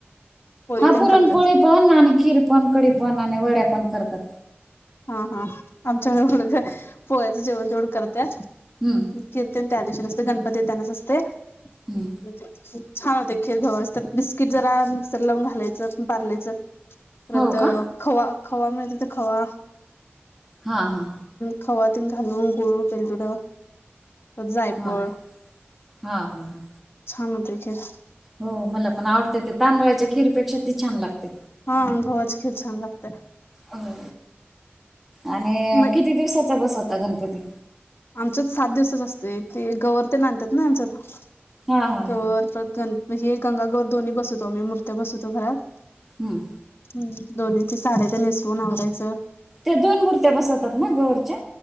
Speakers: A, on the left (about 65°); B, in the centre.
A: पोळी
B: हा
A: तेन
B: पुरण
A: करतात
B: पोळी, पण आणि खीर, पण कडी, पण आणि वड्या, पण करतात.
A: हा हा आमच्याकड कुठं काय पोळ्याचं जेवण तेवढं कर त्यात.
B: हम्म
A: कीर्तन त्या दिवशीने असते गणपती त्यानाच असते.
B: हम्म.
A: खूप छान! होते खीर गव्हाची तर बिस्किट जरा मिक्सर लावून घालायचं पारलेचं. परत
B: हो का
A: खवा, खवा, मिळते तर खवा
B: हा हा
A: खवातीून घालून गुळू, वेलदोडं, जायपळ.
B: हा हा हा हा हा.
A: छान होते खीर.
B: हो मला पण आवडत ते तांदळाच्या खीरपेक्षा ती छान लागते.
A: हा गव्हाची खीर छान लागते.
B: हो आणि
A: म
B: किती? दिवसाचा बसवता गणपती.
A: आमच्यात सात दिवसांच असत. ते गवर ते आणतात ना आमच्यात.
B: हा हा हा
A: गवर, परत गण हे गंगा गवर दोन्ही बसवतो. आम्ही मूर्त्या बसवतो घरात.
B: हम्म.
A: हम्म दोन्हीची साड्या ते नेसवून आवरायचं.
B: ते दोन मूर्त्या बसवतात. ना गवरच्या.